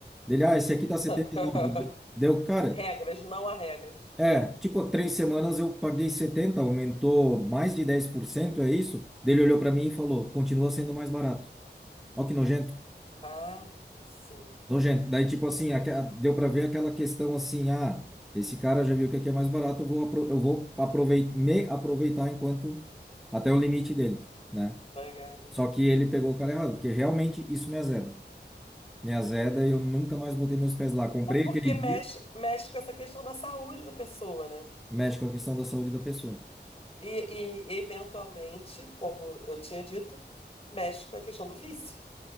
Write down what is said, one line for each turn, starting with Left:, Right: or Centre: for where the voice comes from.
Centre: Dele, ah, esse aqui tá
Left: <laughs>
Centre: setenta e nove, Deu, cara,
Left: Regras, não há regras.
Centre: é, tipo, três semanas eu paguei 70, aumentou mais de 10%, é isso? Daí Ele olhou para mim e falou, continua sendo mais barato. Ó que nojento,
Left: Ah, sim.
Centre: nojento. Daí, tipo assim, aque- deu para ver aquela questão assim, ah, esse cara já viu que aqui é mais barato, eu vou, apro- eu vou aprovei- me aproveitar enquanto, até o limite dele, né?
Left: Obrigada.
Centre: Só que ele pegou o cara errado, porque realmente isso me azeda. Me azeda e eu nunca mais botei meus pés lá. Comprei
Left: É porque
Centre: aquele
Left: mexe,
Centre: dia,
Left: mexe com essa questão da saúde da pessoa, né?
Centre: mexe com a questão da saúde da pessoa.
Left: E, e, eventualmente, como eu tinha dito, mexe com a questão do vício.